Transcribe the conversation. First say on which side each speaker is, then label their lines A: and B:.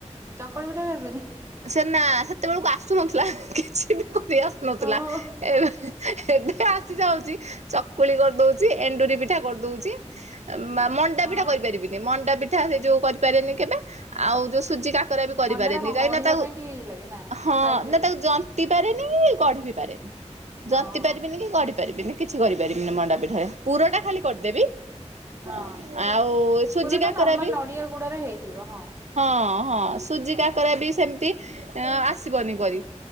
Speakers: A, on the right; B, on the right.
A: ଚକୁଳି ପିଠା ବି ଆସେନି।
B: ସେ ନା ସେତେବେଳକୁ ଆସୁନଥି ଲା କିଛି ବି କରି ଆସୁନଥିଲା
A: ହଁ।
B: ଏବେ। ଏବେ ଆସି ଯାଉଛି ଚକୁଳି କରିଦଉଛି ଏଣ୍ଡୁରି ପିଠା କରିଦଉଛି। ମଣ୍ଡା
A: ହଁ
B: ପିଠା କରିପାରିବିନି ମଣ୍ଡାପିଠା ସେ ଯୋଉ କରିପାରେନି କେବେ ଆଉ ଯୋଉ ସୁଜି କାକ୍ ରା ବି କରିପାରେନି
A: ମଣ୍ଡା ଟା କଣ
B: କାହିଁ
A: ଗଢିବା
B: ନା ତାକୁ
A: ପାଇଁ ଟିକେ ଇଏ ଲାଗେ ନା
B: ହଁ
A: ସାଇଜ ହୁଏନି
B: ନା ତାକୁ ଯନ୍ତ୍ ଜନ୍ତି ପାରେନି କି ଗଢି ବି ପାରେନି ଟି ଜନ୍ତି
A: ହଉ ହଉ।
B: ପାରିବିନି କି ଗଢ଼ି ପାରିବିନି କିଛି କରିପାରିବିନି ମଣ୍ଡା ପିଠାରେ ପୁର ଟା ଖାଲି କରିଦେବି।
A: ହଁ
B: ଆ ଆଉ ସୁଜି
A: ପୁରଟା
B: ବି
A: ନଡିଆ ଗୁଡରେ ହେଇଯିବ ହଁ।
B: ହଁ ହଁ ସୁଜି କାକରା ବି ସେମିତି ଆସିବନି କରି